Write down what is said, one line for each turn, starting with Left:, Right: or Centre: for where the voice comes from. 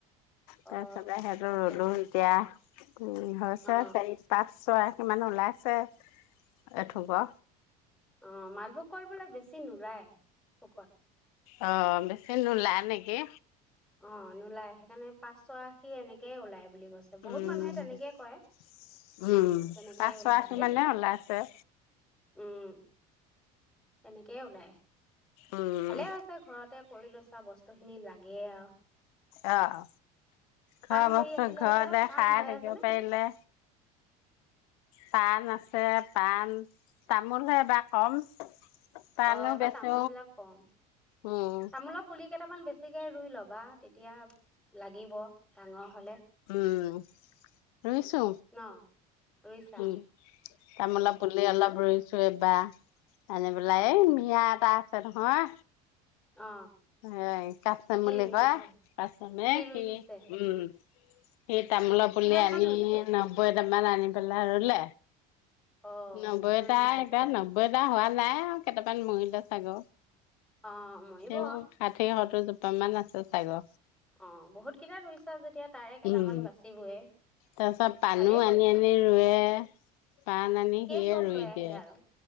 Left: তাৰফালেহে
Centre: অ
Left: ৰলো
Centre: তাকে আনি ৰুইছা
Left: এতিয়া উম হৈছে
Centre: অ
Left: চাৰি পাঁচ ছয় ইমান নোলাইছে এঠুৱা
Centre: অ মালভোগ কল বোলে বেছি নোলায় কুকত
Left: অ বেচি নোলায় নেকি
Centre: অ নোলায় সেইকাৰণে পাঁচশ আশী এনেকে ওলাই বুলি কৈছে বহুত
Left: উম
Centre: মানুহে তেনেকে
Left: উম
Centre: কয় তেনেকেই
Left: পাঁচৰাশ
Centre: ওলাই বুলি
Left: মানে ওলাইছে
Centre: উম তেনেকেই ওলাই
Left: উম
Centre: ভালে হৈছে ঘৰতে কৰি লচা বস্তু খিনি লাগে আৰু
Left: আহ
Centre: পাণ
Left: ঘৰ
Centre: কৰি
Left: মস্ত
Centre: আছিলা
Left: ঘৰ
Centre: যে
Left: দেখাই
Centre: পাণ হৈ
Left: থাকিব
Centre: আছে নে
Left: পাৰিলে পাণ আছে পাণ তামোলহে এবাৰ কম পাণো
Centre: অ এইবাৰ
Left: বেচো
Centre: তামোল বিলাক কম তামোলৰ
Left: উম
Centre: পুলি কেইটামান বেছি ঠিকে ৰুই ল'বা তেতিয়া লাগিব ডাঙৰ হলে
Left: উম ৰুইছো
Centre: ন ৰুইছা
Left: উম তামোলা পুলি অলপ ৰুইছো চয়ে বা আনে পেলাই
Centre: অ
Left: এই মিয়া এটা তে নহয়
Centre: অ
Left: হয় কাচাম
Centre: সি
Left: বুলি
Centre: ৰুই
Left: কোৱা
Centre: দিছে
Left: কাচামে
Centre: সি ৰুই
Left: কি
Centre: দিছে
Left: উম সেই তামোল পুলি
Centre: কিমান
Left: আনিলো
Centre: মান ৰুইছে
Left: নবৈ মাল আনি পেলায় ৰুলে
Centre: অ
Left: নব্বৈটা
Centre: ৰুই দিছে
Left: এটা নব্বৈটা হোৱা নাই আৰু কেইটামান মৰিল টা চাগ
Centre: অ মৰিব
Left: তেওঁ সাতেই সত হৈ যাব প্ৰমাণ আছে চাইগ
Centre: অ বহুত কেইটা ৰুইছা যেতিয়া তাৰে কেইটামান
Left: উম
Centre: বাচিবয়ে
Left: তাৰপিছত পাণো
Centre: ভালে কৰিছা
Left: আনি-আনি ৰুৱে পাণ আনি সিয়ে
Centre: চব
Left: ৰুই
Centre: লৈ আহে
Left: দিয়ে
Centre: আৰু